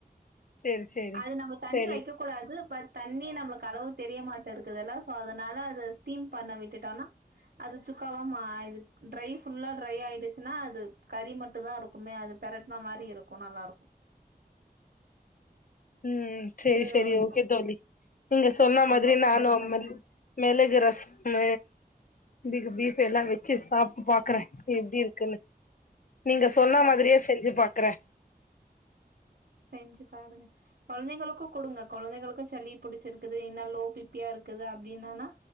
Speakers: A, on the left (about 55°); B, on the right (about 70°).
A: சேரி சேரி
B: அது நம்ம தண்ணி
A: சேரி
B: வைக்க கூடாது பட் தண்ணி நம்மளுக்கு அளவு தெரியமாட்டே இருக்குதுல்ல சோ அதனால அத ஸ்டீம் பண்ண விட்டுட்டோன்னா அது சுக்காவா மா இது ட்ரை ஃபுல்லா டிரை ஆயிடுச்சுன்னா அது கறி மட்டும் தான் இருக்குமே அது பிரட்டின மாரி இருக்கும் நல்லா இருக்கும்
A: ம் சரி
B: ம்
A: சரி ஓகே தோழி நீங்க சொன்ன
B: அது
A: மாதிரி
B: மாரி
A: நானும்
B: ட்ரை பண்ணி
A: மிளகு ரசம் ப பீப் எல்லாம் வச்சு சாப்டு பாக்குறேன் எப்டி இரு குன்னு நீங்க சொன்ன
B: சாப்
A: மாதிரியே செஞ்சு பாக்குறேன்
B: செஞ்சு பாருங்க குழந்தைகளுக்கும் கொடுங்க குழந்தைகளுக்கும் சளி புடிச்சிருக்குது என்ன லோ பி பி யா இருக்குது அப்படின்னானா